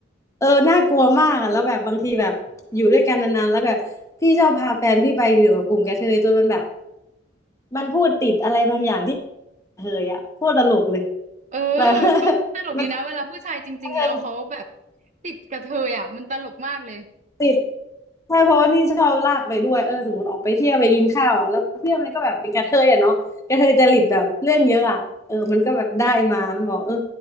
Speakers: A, on the left; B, on the right.
A: เออน่ากลัวมากอ่ะแล้วแบบบางทีแบบอยู่ด้วยกันนานๆแล้วแบบพี่ชอบพาแฟนพี่ไปอยู่กับกลุ่มกระเทยจนมันแบบมันพูดติดอะไรบางอย่างที่กระเทยอ่ะโคตรตลกเลย
B: เออ
A: แบบ
B: ก็ตลกดีนะเวลาผู้ชายจริงๆแล้วเขาแบบ
A: <laughs> มันกระเทย
B: ติดกระเทยอ่ะมันตลกมากเลย
A: ติดใช่เพราะว่านี่ชอบลากไปด้วยเออสมมติออกไปเที่ยวไปกินข้าวอ่ะแล้วเพื่อนมันก็แบบเป็นกระเทยอ่ะเนาะกระเทยจริตแบบเรื่องเยอะอ่ะเออมันก็แบบได้มามันบอกเออ